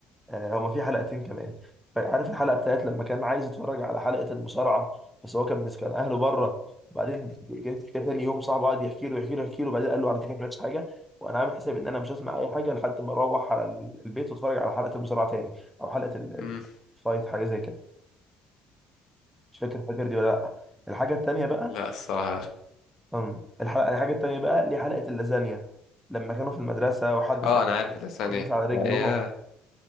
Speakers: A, in the centre; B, on the left.
A: آه، هما في حلقتين كمان عارف الحلقة بتاعت لما كان عايز يتفرج على حلقة المصارعة بس هو كان مسكن اهله بره وبعدين جه جه تاني يوم صاحبه قعد يحكي له يحكي له يحكي له وبعدين قال له على فكرة ما سمعتش حاجة وانا عامل حساب ان انا مش هسمع اي حاجة لحد ما اروح على ال- البيت واتفرج على حلقة المصارعة تاني او حلقة ال-
B: امم
A: ال- الفايت حاجة زي كده مش فاكر فاكر دي ولا لا الحاجة التانية بقى
B: لا الصراحه لا
A: أم، الحلقة الحاجة التانية بقى ليه حلقة اللازانيا لما كانوا في المدرسة وحد
B: اه
A: سرق
B: انا عارف الاسامي
A: وداس
B: ايه
A: على رجلهم
B: لا، ايه